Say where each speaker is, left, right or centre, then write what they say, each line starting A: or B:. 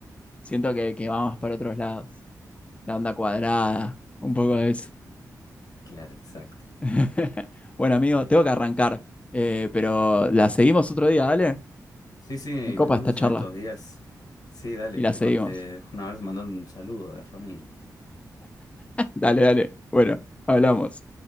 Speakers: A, on the left; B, on the left.
A: Siento que, que vamos para otros lados. La onda cuadrada, un poco de eso.
B: Claro, exacto.
A: <laughs> bueno, amigo, tengo que arrancar, eh, pero la seguimos otro día, dale.
B: Sí, sí,
A: Me copa
B: nos vemos
A: esta charla
B: en estos días. Sí, dale,
A: y la
B: te,
A: seguimos.
B: man- te dejo un abrazo, mando un saludo a la familia.
A: Dale, dale. Bueno, hablamos.